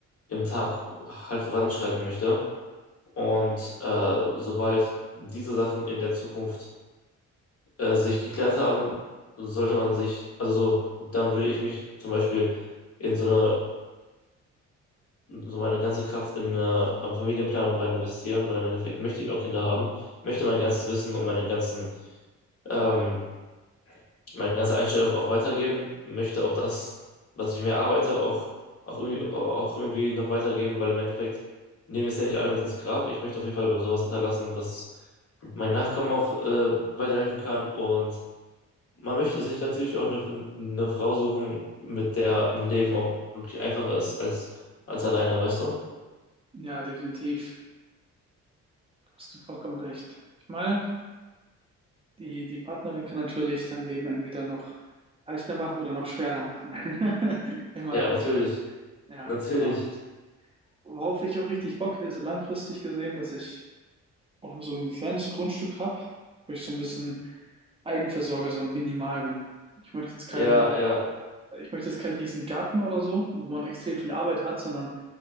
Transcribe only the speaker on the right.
Ja, definitiv. Da hast du vollkommen recht. Ich meine, Die, die Partnerin kann natürlich dein Leben entweder noch leichter machen oder noch schwerer machen. <laughs> In meinen
Augen. Ja,
und worauf ich auch richtig Bock hätte, ist so langfristig gesehen, dass ich auch so ein kleines Grundstück habe, wo ich so ein bisschen Eigenversorger, so minimal bin. Ich möchte jetzt keinen,
ich möchte jetzt keinen riesen Garten oder so, wo man extrem viel Arbeit hat, sondern